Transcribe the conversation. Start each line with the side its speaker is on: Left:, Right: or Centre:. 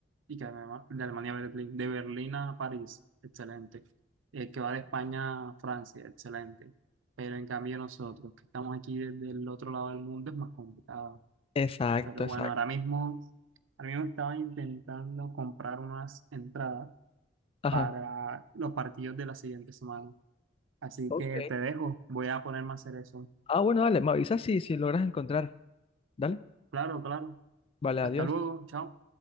Right: y que además- de Alemania a Berlín, de Berlín a París, excelente. El que va de España a Francia, excelente. Pero en cambio nosotros, que estamos aquí desde el otro lado del mundo, es más complicado.
Left: Exacto,
Right: Pero bueno,
Left: exacto.
Right: ahora mismo, ahora mismo estaba intentando comprar unas entradas
Left: Ajá.
Right: para los partidos de la siguiente semana Así
Left: Ok.
Right: que te dejo, voy a ponerme a hacer eso.
Left: Ah, bueno, dale, me avisas si, si logras encontrar. Dale.
Right: Claro, claro.
Left: Vale,
Right: Hasta
Left: adiós.
Right: luego, chao.